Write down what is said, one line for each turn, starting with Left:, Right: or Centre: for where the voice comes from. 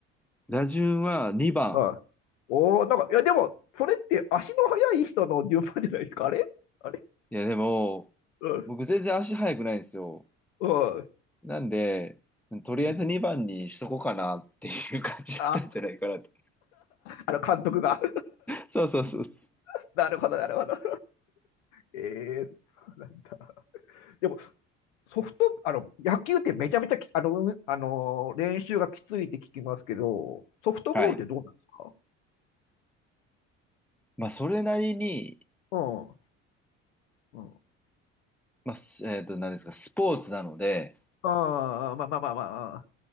Centre: 打順は2番。
Left: はい。おー、なんか、いや、でも、それって足の速い人の順番じゃないですか。あれあれ
Centre: いや、でも、
Left: うん。
Centre: 僕全然足速くないんですよ。
Left: うん。
Centre: なんで、とりあえず2番にしとこうかなっていう感じだったんじゃないかなと。
Left: うんあ、あの監督が。
Centre: そうそうそうそう。
Left: <laughs> なるほど、なるほど。えー、そうなんだ。でも、ソフト、あの、野球ってめちゃめちゃき、あの、うあのー、練習がきついって聞きますけど、ソフトボールってどうなんですか
Centre: はい。まあ、それなりに、
Left: うん。うん。
Centre: まあ、すえっと、何ですか、スポーツなので、
Left: ああ、まあまあまあま